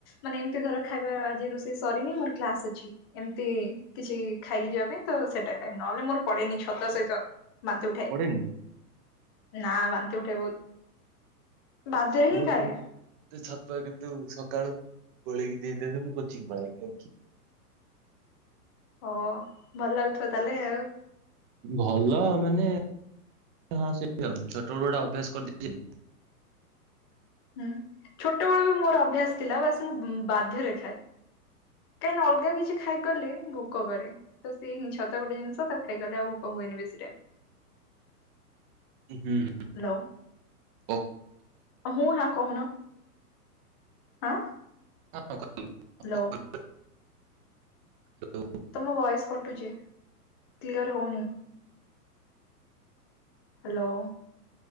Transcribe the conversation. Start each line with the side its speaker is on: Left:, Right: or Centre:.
Left: ମାନେ ଏମିତି ଧର ଖାଇବା ଆଜି ରୋଷଇ ସରିନି ମୋର କ୍ଲାସ ଅଛି ଏମିତି କିଛି ଖାଇକି ଯିବା ପାଇଁ ତ ସେଟା ଖାଏ ନହେଲେ ମୋର ପଡେନି ଛତୁଆ ସହିତ। ବାନ୍ତି ଉଠାଏ
Right: ପଡେନି
Left: ନା ବାନ୍ତି ଉଠେ ବହୁତ। ବାଧ୍ୟରେ
Right: <unintelligible>
Left: ହିଁ ଖାଏ
Right: ତ ଛତୁଆ କିନ୍ତୁ ସକାଳୁ ଗୋଳିକି ଦେଇ ଦିଅନ୍ତୁ ମୁଁ କୋଚିଂ ପଳାଏ ଖାଇକି।
Left: ହ ଭଲ ଲାଗୁଥିବ ତାହେଲେ ଆଉ।
Right: ଭଲ ମାନେ ହଁ ସେ ଆଉ ଛୋଟ ବେଳୁ ଗୁଟା ଅଭ୍ୟାସ କରିଦେଇଛି
Left: ହୁଁ ଛୋଟବେଳୁ ବି ମୋର ଅଭ୍ୟାସ ଥିଲା ବାସ ମୁଁ ବାଧ୍ୟରେ ଖାଏ। କାହିଁକିନା ଅଲଗା କିଛି ଖାଇଗଲେ ଭୋକ କରେ। ତ ସିଏ ଛତୁଆ ଗୋଟେ ଜିନିଷ ତାକୁ ଖାଇକିଗଲେ ଆଉ ଭୋକ ହୁଏନି ବେଶୀ ଟାଇମ୍।
Right: ହୁଁ।
Left: ହ୍ୟାଲୋ।
Right: କ-
Left: ହୁଁ ନା କହୁନ ଆଁ?
Right: <unintelligible>
Left: ହ୍ୟାଲୋ।
Right: <unintelligible>
Left: ତମ ଭଏସ କଟୁଛି କ୍ଲିୟର ହଉନି। ହ୍ୟାଲୋ।